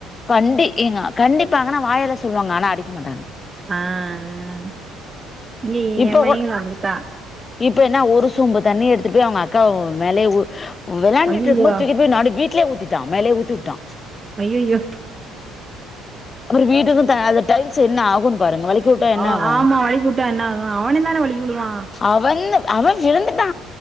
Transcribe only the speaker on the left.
கண்டி ஏங்க கண்டிபாங்கன்னா வாய்ல சொல்வாங்க ஆனா அடிக்க மாட்டாங்க
இப்ப
கூட
இப்ப என்ன ஒரு சொம்பு தண்ணி எடுத்துட்டு போய் அவுங்க அக்கா மேலேயே ஊ வெளாண்டுட்டு
இருக்கு போது தூக்கிட்டு போய் நடு வீட் லே ஊத்திட்டா மேலேயே ஊத்திவுட்டா
அப்பற வீட்டுக்கு தா அது டைல்ஸ் என்ன ஆகு பாருங்க வழுக்கி வுட்டா என்னாகு
அவன் அவன் விழுந்துட்டா